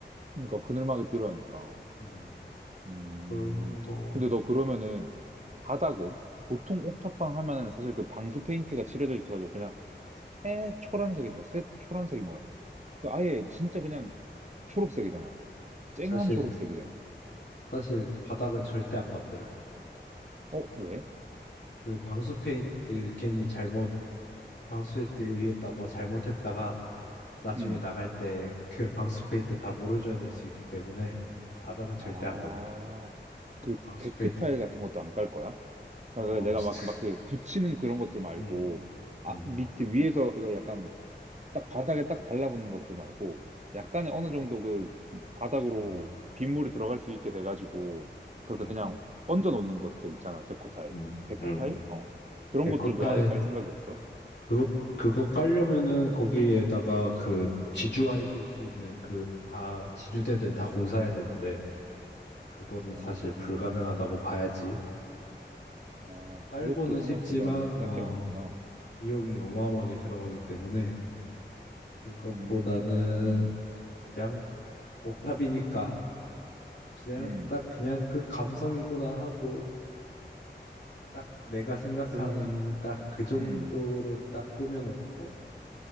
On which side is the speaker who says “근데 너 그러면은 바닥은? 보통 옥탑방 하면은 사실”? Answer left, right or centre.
Right